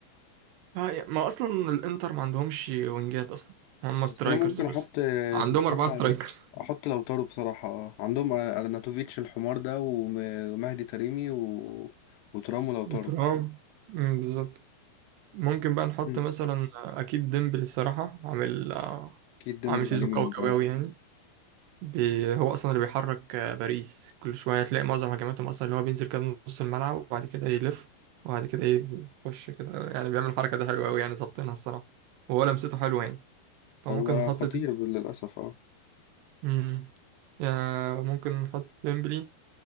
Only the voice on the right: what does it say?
آه يا- ما أصلا الإنتر ما عندهمش وينجات أصلا هم سترايكرز
بس عندهم
أربعة سترايكرز
وترام مم، بالظبط ممكن بقى نحط
مثلا اكيد ديمبلي الصراحه عامل آه،
عامل سيزون
قوي قوي
قوي يعني بي هو اصلا اللي بيحرك آه، باريس كل شويه هتلاقي معظم هجماتهم اصلا اللي هو بينزل كده من نص الملعب وبعد كده يلف وبعد كده يخش كده يعني بيعمل الحركه ده حلوه قوي يعني ظابطينها الصراحه وهو لمسته حلوه يعني فممكن
نحط
دي
مم. يا ممكن نحط ديمبلي